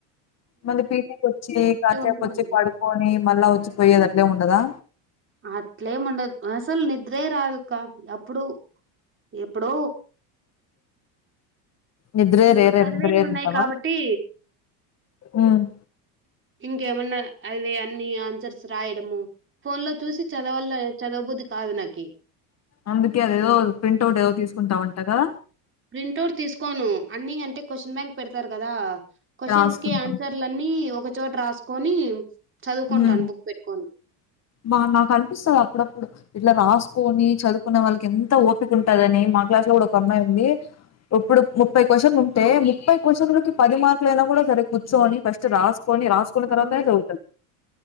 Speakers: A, on the left; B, on the right.
A: మళ్ళీ పీటీకి వచ్చి కాసేపు
B: ఉంటుంది.
A: వచ్చి పడుకొని మళ్ళా వచ్చిపోయేది అట్లే ఉండదా
B: అట్లేం ఉండదు అసలు నిద్రే రాదు క్క అప్పుడు ఎప్పుడో
A: నిద్రే
B: ఇప్పుడు
A: రేర్
B: చదివేటివి
A: రేర్
B: ఉన్నాయి
A: అంటావా
B: కాబట్టి
A: ఉమ్
B: ఇంకేమన్నా అదే అన్నిీ అన్సర్స్ రాయడము ఫోన్ లో చూసి చదవల చదవుబుద్ధి కాదు నాకి
A: అందుకే అది ఏదో ప్రింట్ అవుట్ ఏదో తీసుకుంటావుంటగా
B: ప్రింట్ అవుట్ తీసుకోను అన్ని అంటే క్వశ్చన్ బ్యాగ్ పెడతారు కదా క్వశ్చన్స్
A: రాసుకుంటాం
B: కి ఆన్సర్లన్నన్ని ఒక చోట రాసుకొని చదువుకుంటాను
A: హా
B: బుక్ పెట్టుకొని
A: బా నాకు అనిపిస్తది అప్పుడప్పుడు ఇట్లా రాసుకొని చదువుకునే వాళ్ళకి ఎంత ఓపిక ఉంటదని మా క్లాస్ లో కూడా ఒక అమ్మయి ఉంది ఇప్పుడు ముప్పై క్వశ్చన్లు ఉంటే ముప్పై క్వశ్చన్లకి పది మార్కులు అయినా కూడా సరే కూర్చోని ఫస్ట్ రాసు కొని రాసుకున్న
B: హ్మ్.
A: తర్వాత చవుతది